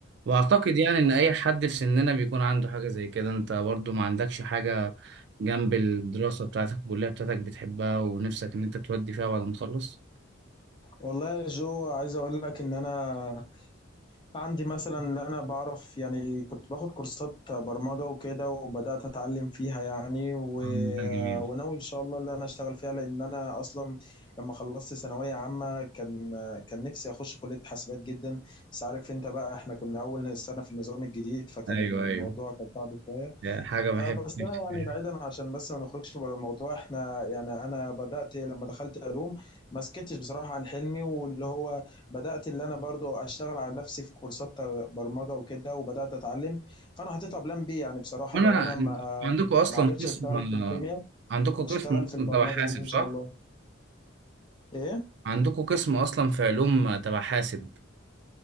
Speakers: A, on the right (about 55°); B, on the left (about 25°).
A: واعتقد يعني ان اي حد في سننا بيكون عنده حاجه زي كده انت برضو ما عندكش حاجه جنب الدراسه بتاعتك الكليه بتاعتك بتحبها ونفسك ان انت تودي فيها بعد ما تخلص
B: والله يا جو عايز اقول لك ان انا عندي مثلا اللي انا بعرف يعني كنت باخد كورسات برمجة وكده وبدأت اتعلم فيها يعني و...
A: آه، ده جميل
B: وناوي ان شاء الله اللي انا اشتغل فيها لان انا اصلا لما خلصت ثانوية عامة كان كان نفسي اخش كلية حاسبات جدا بس عارف انت بقى احنا كنا اول سنة في النظام الجديد فكان
A: ايوه
B: الموضوع
A: ايوه
B: كان صعب شوية
A: ده حاجه بحب
B: فبس
A: <laughs>
B: انا يعني بعيدا عشان بس ما نخرجش بره الموضوع احنا يعني انا بدات لما دخلت علوم ما سكتش بصراحه عن حلمي واللي هو بدات اللي انا برضو اشتغل على نفسي في كورسات برمجه وكده وبدات اتعلم فانا حطيتها بلان بي يعني بصراحه
A: انا
B: لو انا ما
A: عندكم اصلا
B: ما عرفتش
A: قسم
B: اشتغل في الكيمياء
A: عندكم
B: هشتغل
A: قسم اصلا
B: في البرمجه
A: تبع حاسب
B: دي ان
A: صح
B: شاء الله ايه
A: عندكم قسم اصلا في علوم تبع حاسب